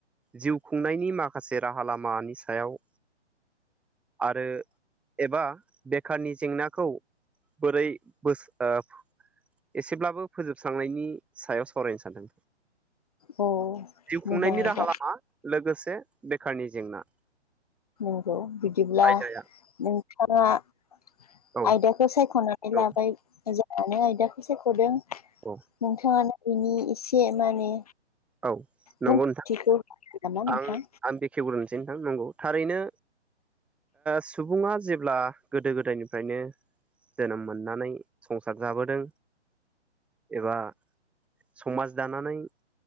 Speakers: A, in the centre; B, on the left.
A: जिउ खुंनायनि माखासे राहा लामानि सायाव आरो एबा बेखारनि जेंनाखौ बोरै बोस ओ एसेब्लाबो फोजोबस्रांनायनि सायाव सावरायनो सानदों।
B: औ
A: जिउ खुंनायनि
B: मोजां आयदा
A: राहा लामा लोगोसे बेखारनि जेंना।
B: नोंगौ बिदिब्ला
A: आयदाया
B: नोंथाङा आयदाखौ
A: औ
B: खौ सायख'नानै
A: औ
B: लाबाय मोजाङानो आयदाखौ सायख'दों
A: अ
B: नोंथाङानो बिनि एसे माने
A: औ नंगौ
B: बुंथिखौ
A: नोंथां
B: होगोन नामा नोंथां
A: आं आं बेखेवग्रोनोसै नोंथां नंगौ थारैनो सुबुङा जेब्ला गोदो गोदायनिफ्रायनो जोनोम मोननानै संसार जाबोदों एबा समाज दानानै